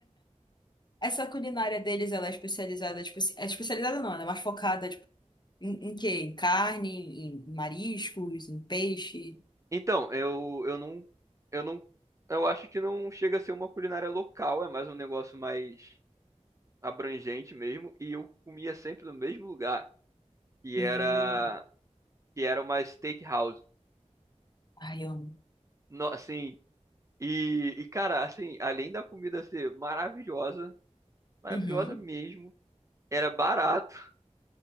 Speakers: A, on the left (about 35°); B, on the right (about 25°).
A: Essa culinária deles, ela é especializada, tipo, assim- é especializada não, ela é mais focada, tipo, em, em quê? Em carne, em mariscos, em peixe.
B: Então, eu, eu não, eu não, eu acho que não chega a ser uma culinária local, é mais um negócio mais abrangente mesmo. E eu comia sempre no mesmo lugar, que
A: Hum.
B: era, que era uma steakhouse.
A: Ai, eu amo.
B: No, assim, e, e cara, assim, além da comida ser maravilhosa, maravilhosa
A: Uhum.
B: mesmo, era barato <laughs>